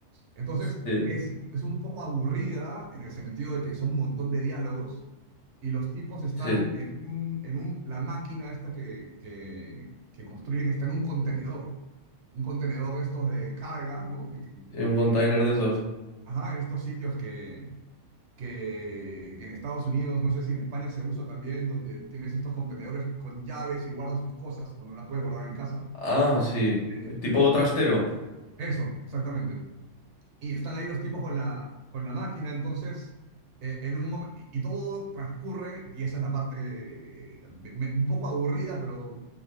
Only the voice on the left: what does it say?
Sí,
sí,
sí, un
container
de esos.
Ah, sí,
tipo trastero.